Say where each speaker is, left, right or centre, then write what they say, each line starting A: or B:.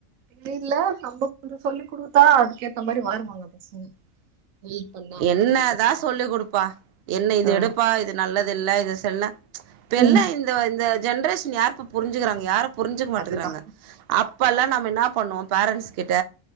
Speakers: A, on the right (about 75°); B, on the right (about 60°).
A: இ இல்ல நம்ப கூட சொல்லி் கொடுத்தா அதுக்கேத்த மாரி வளருவாங்க பசங்க ஹெல்ப் பண்ணா அம்மாக்கு
B: என்னதான்
A: கொஞ்சோ
B: சொல்லி குடுப்பா என்ன இது
A: ஆ
B: எடுப்பா இது நல்லது இல்ல இது செய் தென்ன இப்பெல்லா
A: ம்
B: இந்த இந்த ஜென்ரேஷன் யாருப்பா புரிஞ்சுகிறாங்க யார புரிஞ்சுக்க மாட்டுங்கிறாங்க
A: அதுதா
B: அப்ப ல்லாம் நம்ம என்ன பண்ணுவோம் பேரண்ஸ் கிட்ட